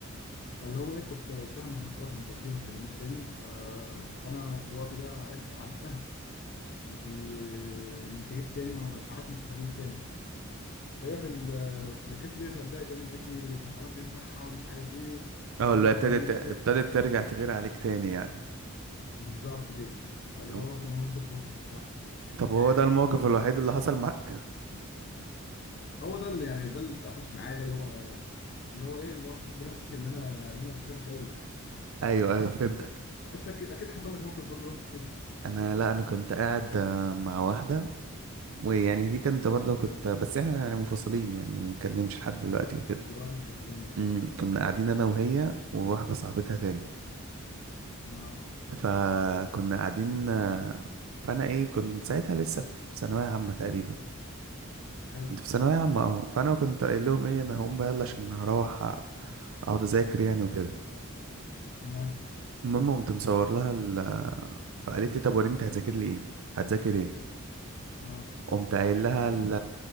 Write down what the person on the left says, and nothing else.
فاللي هو ايه كنت قلت لها ما احنا خلاص ما انت قلت لي ما تكلمنيش تاني ف... فانا في الوقت ده عرفت عرفتها ما انت ما انت جيت تاني وانا مش عارف انت فاتت تاني فهي في ال- في الكيس دي صدقت يعني وقالت لي طب خلاص امسحها ومش عارف ايه و-
ان هو ما
اتكلمهاش
تاني
بالظبط كده فاللي
هو كان موقف مضحك الصراحه
و-
هو ده اللي يعني ده اللي اتقفش معايا ده اللي هو اللي هو ايه اللي هو حسيت بنفسي ان انا ان انا شكلي وحش قوي
انت انت اكيد أكيد حصل لك موقف برضه وحش كده
دلوقتي منفصلين اهو
اه
حلو
تمام
اه